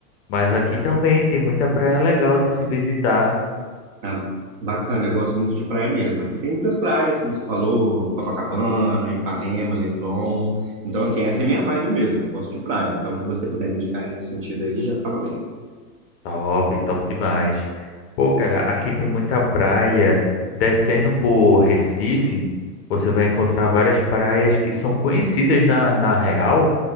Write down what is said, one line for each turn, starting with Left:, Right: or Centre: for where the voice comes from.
Left: mas aqui também tem muita praia legal de se visitar.
Right: Ah, bacana, eu gosto muito de praia mesmo. Aqui tem muitas praias, como você falou, Copacabana, Ipanema, Leblon. Então, assim, essa é minha vibe mesmo. Eu gosto de praia. Então, o que você puder me indicar nesse sentido aí já tá valendo.
Left: Top, top demais. Pô, cara, aqui tem muita praia. Descendo por Recife, você vai encontrar várias praias que são conhecidas na, na real,